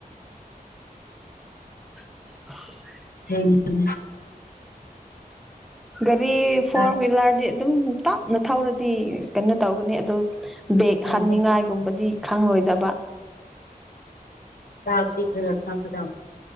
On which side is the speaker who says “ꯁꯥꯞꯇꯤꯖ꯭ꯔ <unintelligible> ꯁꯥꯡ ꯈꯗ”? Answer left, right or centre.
Left